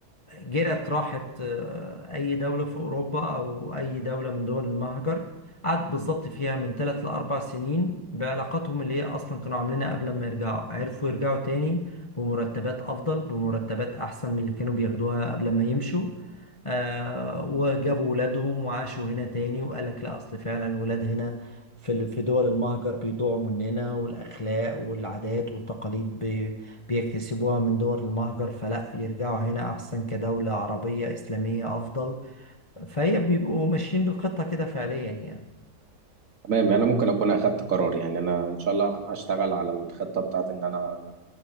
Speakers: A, on the left; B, on the right.
A: جرت راحت آه، أي دولة في أوروبا أو أي دولة من دول المهجر قعدت بالظبط فيها من ثلاث لأربع سنين بعلاقاتهم اللي هي أصلا كانوا عاملينها قبل ما يرجعوا عرفوا يرجعوا تاني بمرتبات أفضل بمرتبات أحسن من اللي كانوا بياخدوها قبل ما يمشوا آه وجابوا ولادهم وعاشوا هنا تاني وقال لك لا أصل فعلا ولاد هنا في ال- في دول المهجر بيضيعوا مننا والأخلاق والعادات والتقاليد بيكتسبوها من دول المهجر فلا يرجعوا هنا أحسن كدولة عربية إسلامية أفضل فهي بيبقوا ماشيين بالخطة كده فعليا يعني
B: تمام يعني انا ممكن اكون اخدت قرار يعني انا ان شاء الله هشتغل على الخطه بتاعت ان انا